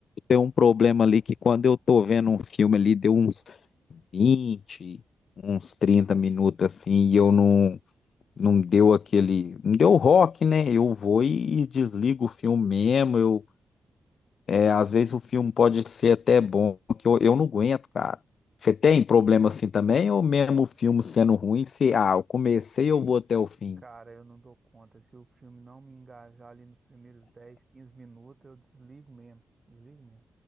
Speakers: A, on the left (about 65°); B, on the right (about 35°).
A: tem um problema ali que quando eu tô vendo um filme ali, deu uns vinte uns 30 minutos assim, e eu não não deu aquele, não deu rock, né? Eu vou e, e desligo o filme mesmo, eu é, às vezes o filme pode ser até bom, que eu, eu não aguento, cara. Você tem problema assim também, ou mesmo o filme sendo ruim, se, ah, eu comecei, eu vou até o fim?
B: Cara, eu não dou conta. Se o filme não me engajar ali nos primeiros 10 15 minutos, eu desligo mesmo. Desligo mesmo.